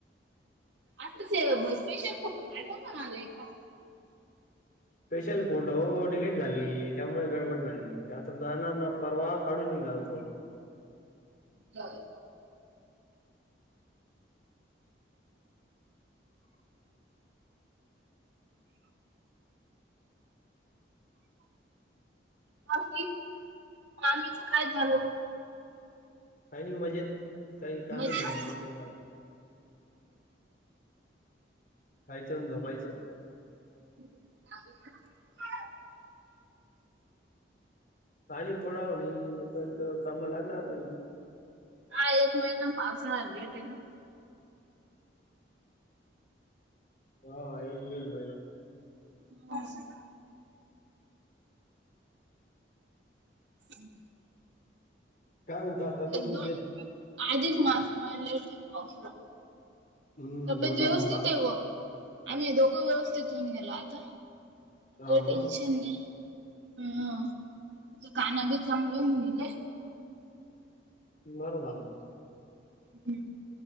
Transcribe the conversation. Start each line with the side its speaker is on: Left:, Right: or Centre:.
Right: अस स्पेशल फोटो पाठव आला एखादा
Left: स्पेशल फोटो डिलीट झाली त्यामुळे गडबड झाली आता जाणार ना परवा काढून निलाल फोटो
Right: हो बाकी मामी च काय लू
Left: आणि मजेत काही काम
Right: मजेत?
Left: धंदे नाही त्यांना खायचं आणि झोपायचं
Right: तट
Left: पाणी पडाव नाही तोपर्यंत कामा लागणार नाही
Right: हा एक महिना पाव सा ळा लेट आहे ना
Left: हा एक दीड महिना
Right: ब हम्
Left: काय म्हणतात तब्येत बिब्येत
Right: दो आधच मास म लेट पावस
Left: हम्म
Right: तब्बेत
Left: धोंडा
Right: व्यवस्थित
Left: धोंडा
Right: आहे व आम्ही दोघं व्यवस्थित होऊन गेलो आता अ
Left: हा ग
Right: टेनशन नाही हम तथ काना बिचामुळे होऊन नल
Left: बर झाले.
Right: ह्